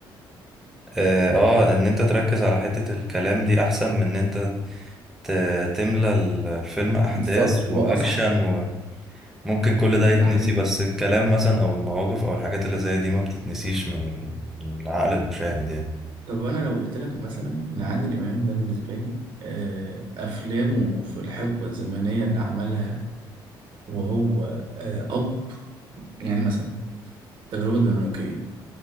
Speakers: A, in the centre; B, on the right.
A: اه آه، ان انت تركز على حتة الكلام دي احسن من ان انت ت- تملى ال- الفيلم احداث
B: بالظبط
A: واكشن
B: واصعب
A: وممكن كل ده يتنسي
B: ده حقيقي
A: بس الكلام مثلا او المواقف او الحاجات اللي زي دي ما بتتنسيش من ال- من عقل المشاهد يعني
B: طب انا لو قلت لك مثلا ان عادل امام ده بالنسبه لي آه، افلامه في الحقبه الزمنيه اللي عملها وهو آه، اب يعني مثلا التجربه الدنماركيه